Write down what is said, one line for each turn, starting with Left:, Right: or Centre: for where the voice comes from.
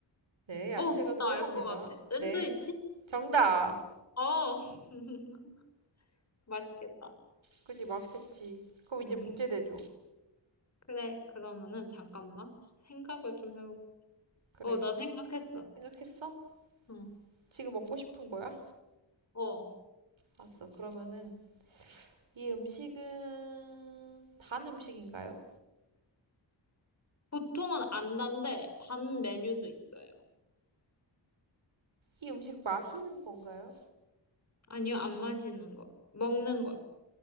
Right: 네, 야채가
Left: 어,
Right: 들어갑니다.
Left: 나 알 것 같아. 샌드위치?
Right: 네, 정답.
Left: 어, <laughs> 맛있겠다.
Right: 그지, 맛있겠지. 그럼
Left: 음.
Right: 이제 문제 내줘.
Left: 그래, 그러면은 잠깐만. 생각을 좀 해볼게.
Right: 그래.
Left: 어, 나 생각했어.
Right: 생각했어?
Left: 응.
Right: 지금 먹고 싶은 거야?
Left: 어.
Right: 알았어. 그러면은 이 음식은 단 음식인가요?
Left: 보통은 안 단데 단 메뉴도 있어요.
Right: 이 음식 마시는 건가요?
Left: 아니요, 안 마시는 거. 먹는 거.